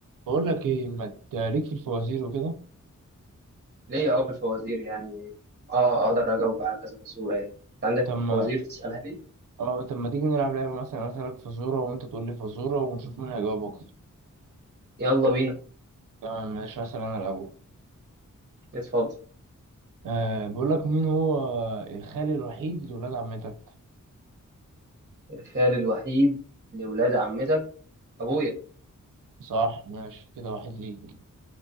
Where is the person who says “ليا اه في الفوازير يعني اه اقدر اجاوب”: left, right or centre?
Right